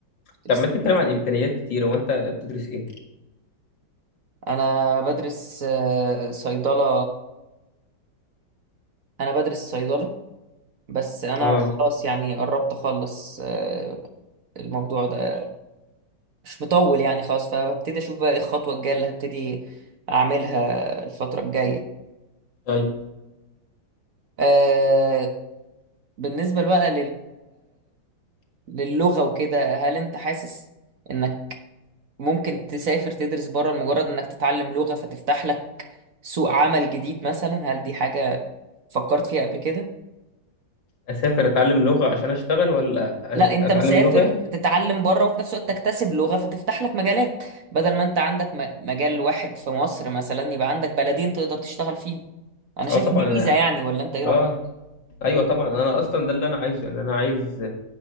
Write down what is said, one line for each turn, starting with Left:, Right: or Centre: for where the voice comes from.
Right: كنت
Left: طب
Right: لسه
Left: ما انت بتتكلم
Right: بقول-
Left: عن امكانيات كتيرة وانت بتدرس ايه
Right: أنا بدرس آه، صيدلة أنا بدرس صيدلة بس أنا
Left: اه
Right: خلاص يعني قربت أخلص آه، الموضوع ده مش مطول يعني خلاص فهبتدي أشوف بقى إيه الخطوة الجاية اللي هبتدي أعملها الفترة الجاية
Left: ايوه
Right: آه، بالنسبة بقى للغة وكده هل انت حاسس انك ممكن تسافر تدرس بره لمجرد انك تتعلم لغة فتفتح لك سوق عمل جديد مثلا هل دي حاجة فكرت فيها قبل كده
Left: اسافر اتعلم لغة عشان اشتغل ولا أ-
Right: لا انت
Left: اتعلم
Right: مسافر
Left: لغة
Right: تتعلم بره وفي نفس الوقت تكتسب لغة فتفتح لك مجالات بدل ما انت عندك م- مجال واحد في مصر مثلا يبقى عندك بلدين تقدر تشتغل فيهم انا
Left: اه
Right: شايف
Left: طبعا
Right: إن دي ميزة يعني ولا انت ايه رأيك
Left: اه ايوه طبعا انا اصلا ده اللي انا عايزه يعني انا عايز